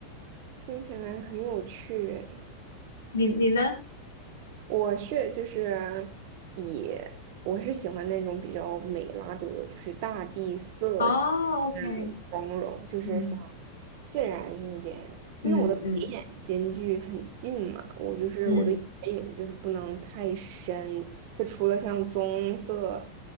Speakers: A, on the right; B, on the left.
A: 听起来很有趣诶
B: 你你呢？
A: 我是就是以我是喜欢那种比较美拉德，就是大地色系那种妆容，
B: 哦，OK，
A: 就是想
B: 嗯
A: 自然一点。
B: 嗯嗯
A: 因为我的眉眼间距很近嘛，我就是我的眼影就是不能太深，
B: 嗯
A: 就除了像棕色